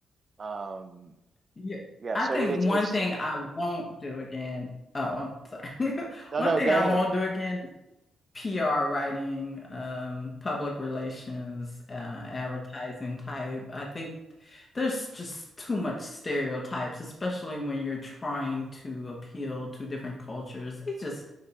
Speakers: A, on the right; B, on the left.
A: Um,
B: yeah.
A: yeah,
B: I
A: so
B: think
A: I mean, it's it's
B: one thing I won't do again. Oh, I'm sorry. <laughs>
A: no,
B: One
A: no.
B: thing
A: Go
B: I
A: ahead.
B: won't do again is PR writing, um, public relations, uh, advertising type. I think there's just too much stereotypes, especially when you're trying to appeal to different cultures. They just